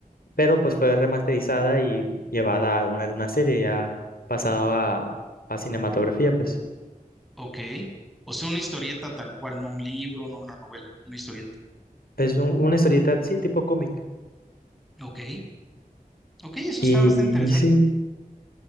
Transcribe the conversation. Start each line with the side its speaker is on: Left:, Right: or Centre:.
Left: pero pues fue remasterizada y llevada a una, una serie ya pasado a, a cinematografía, pues.
Centre: ok, o sea, una historieta tal cual, no un libro, no una novela, una historieta.
Left: Es un- una historieta, sí, tipo cómic.
Centre: Ok, ok, eso está
Left: Y
Centre: bastante interesante.
Left: sí,